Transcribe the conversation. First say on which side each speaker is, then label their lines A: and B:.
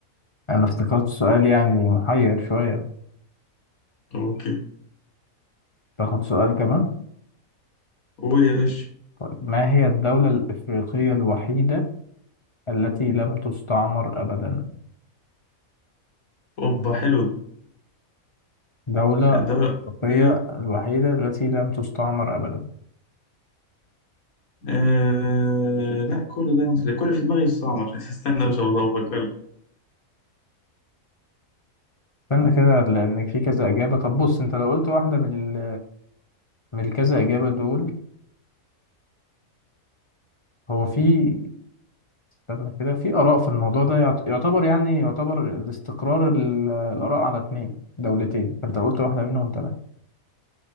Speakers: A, on the left (about 25°); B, on the left (about 80°).
A: أنا افتكرت سؤال يعني محير شوية
B: اوكي
A: تاخد سؤال كمان
B: قول يا باشا
A: طيب ما هي الدولة الإفريقية الوحيدة التي لم تستعمر أبدا
B: اوبا حلو ده
A: دولة
B: الدولة
A: إفريقية
B: الأوروبية
A: الوحيدة التي لم تستعمر أبدا
B: آه... لا كل ده أنا كل اللي في دماغي الصعب <laughs> عشان استنى بس أبغى أفكر لك
A: استنى كده لأن في كذا إجابة طب بص أنت لو قلت واحدة من ال- من الكذا إجابة دول هو في استنى كده في آراء في الموضوع ده يعت- يعتبر يعني يعتبر الاستقرار ال- الآراء على اتنين دولتين فأنت قلت واحدة منهم تمام